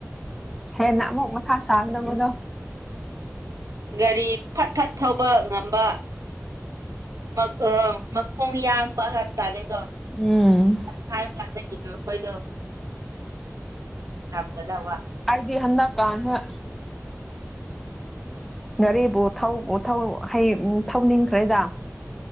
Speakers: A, in the centre; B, on the right.
A: ꯍꯦꯟꯅ ꯑꯃꯨꯛ ꯃꯊꯥ ꯁꯥꯒꯗꯕꯗꯣ
B: ꯒꯥꯔꯤ ꯐꯠ ꯐꯠ ꯊꯧꯕ ꯉꯝꯕ ꯃꯈꯣꯡ ꯑꯥ ꯃꯈꯣꯡ ꯌꯥꯡꯕ ꯍꯥꯏꯕ ꯇꯥꯔꯦꯗꯣ
A: ꯎꯝ
B: ꯍꯥꯏꯕꯥ ꯀꯟꯗ ꯏꯟꯕ ꯃꯈꯣꯏꯗꯣ ꯊꯝꯒꯗꯕ
A: ꯑꯩꯗꯤ ꯍꯟꯗꯛꯀꯥꯟꯗ ꯒꯥꯔꯤꯕꯨ ꯊꯧꯕꯨ ꯊꯧ ꯍꯩ ꯊꯧꯅꯤꯡꯈ꯭ꯔꯦꯗ